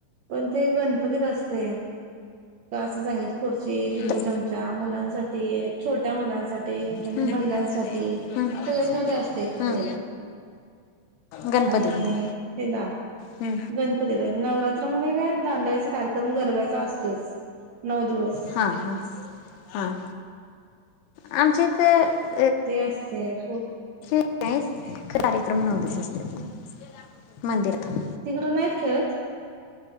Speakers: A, on the right; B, on the left.
A: पण ते गणपतीत असते का असं संगीत खुर्ची, लिंबू
B: त-
A: चमचा मुलांसाठी छोट्या मुलांसाठी म्हणजे
B: हं,
A: महिलांसाठी
B: हं,
A: सगळ्यांसाठी असते, एकेक
B: हं.
A: वेळेला
B: गणपतींना
A: आणि ह्याला
B: हं.
A: गणपतीत आहे. नवरात्रि मध्ये काय दांड्याचा कार्यक्रम गरब्याच्या असतोयस नऊ दिवस.
B: हां हां हां आमच्या इथं
A: ते असतेय पो
B: का कार्यक्रम नऊ दिस असतात मंदिरात. <unintelligible>
A: तिकड नाहित खेळत?